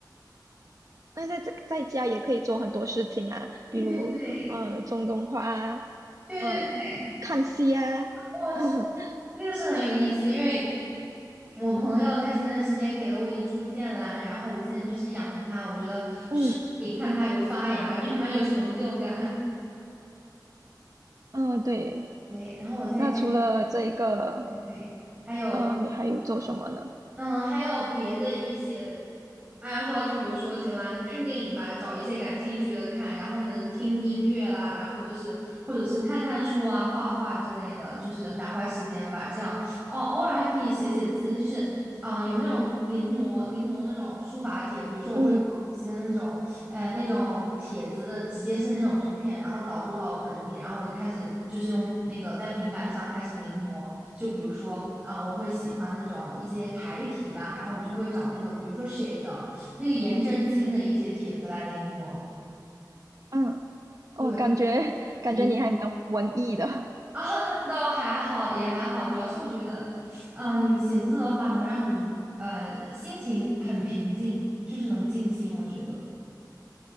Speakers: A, on the right; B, on the right.
A: 那在在在家也可以做很多事情啊，
B: 对对对
A: 比如呃种种花啊，
B: 对对对，
A: 呃看戏啊，
B: 哇塞，
A: <laughs>
B: 这个是很有意思，因为我朋友他前段时间给了我一株剑兰，然后我现在就是养着它，我觉得就是你看它有发芽，
A: 嗯
B: 感觉还蛮有成就感。
A: 嗯，对。
B: <laughs> 对，然后我在家，
A: 那除了这个，
B: 对，还有
A: 啊，你还有做什么呢？
B: 嗯，还有别的一些爱好，就比如说喜欢看电影吧，找一些感兴趣的看，然后呢听音乐啦，然后就是或者是看看书啊、画画之类的，就是打发时间吧。这样哦，偶尔还可以写写字，就是啊，呃有那种临摹临摹那种书法帖，比如说我会找一些那种呃那种帖子的，
A: 嗯。
B: 直接是那种图片，然后导入到我本地，然后我开始就是用那个在平板上开始临摹。就比如说啊、呃我会喜欢那种一些楷体吧，然后我就会找那个，比如说谁的那个颜真卿的一些帖子来临摹。
A: 嗯，哦，
B: 对
A: 感觉感觉你还蛮文艺的。
B: 你啊，那倒还好，也还好，主要是我觉得，嗯、你写字的话能让你呃心情很平静，就是能静心，我觉得。